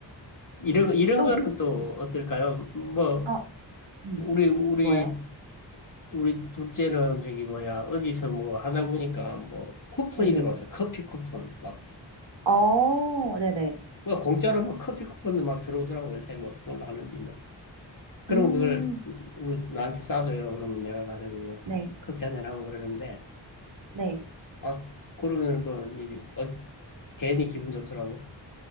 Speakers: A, on the left (about 45°); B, on the right (about 80°).
A: 이런,
B: 음.
A: 이런
B: 또
A: 거는
B: 뭐?
A: 또
B: 음.
A: 어떨까요? 뭐,
B: 어, 음.
A: 우리, 우리,
B: 뭐요?
A: 우리 둘째는 저기 뭐야, 어디서 뭐 하다
B: 네,
A: 보니까 뭐, 쿠폰이
B: 네네.
A: 들어와서 커피 쿠폰, 막
B: 어, 네네.
A: 뭐 공짜로 막 커피 쿠폰도 막 들어오더라고 요새 뭐 그걸로 하는지 뭐그면
B: 음,
A: 그걸 우리 나한테 싸줘요 그러면 내가 가서 그
B: 네,
A: 커피 한잔 하고 그러는데
B: 네.
A: 아 그러면 또 이- 어, 괜히 기분 좋더라고